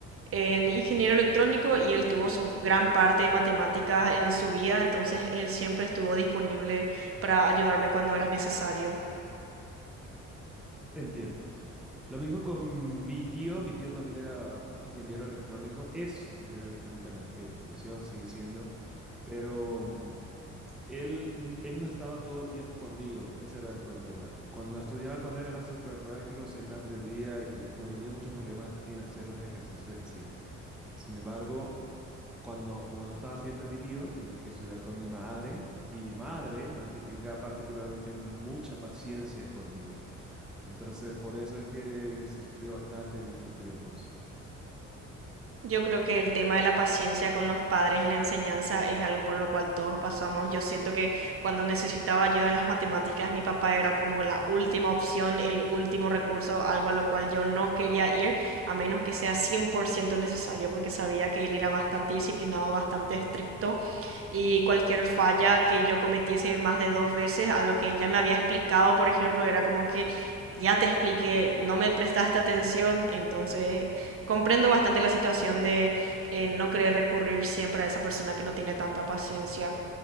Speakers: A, on the right; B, in the centre.
A: en ingeniero electrónico y él tuvo su gran parte de matemáticas en su vida, entonces él siempre estuvo disponible para ayudarme cuando era necesario.
B: Entiendo. Lo mismo con mi tío, mi tío también era ingeniero electrónico, es ingeniero electrónico, no es que falleció, sigue siendo. Pero Él, él no estaba todo el tiempo conmigo, ese era el problema. Cuando estudiaba con él era súper práctico, siempre aprendía y ten- no tenía muchos problemas en hacer los ejercicios en sí. Sin embargo, cuando, como no estaba siempre mi tío, tenía que estudiar con mi madre y mi madre no es que tenga particularmente mucha paciencia conmigo. Entonces, por eso es que se sufrió bastante en esos tiempos.
A: Yo creo que el tema de la paciencia con los padres y la enseñanza es algo por lo cual todos pasamos. Yo siento que cuando necesitaba ayuda en las matemáticas, mi papá era como la última opción, el último recurso, algo a lo cual yo no quería ir, a menos que sea 100% necesario, porque sabía que él era bastante disciplinado, bastante estricto, y cualquier falla que yo cometiese más de dos veces, algo que él ya me había explicado, por ejemplo, era como que... Ya te expliqué, no me prestaste atención, entonces comprendo bastante la situación de eh, no querer recurrir siempre a esa persona que no tiene tanta paciencia.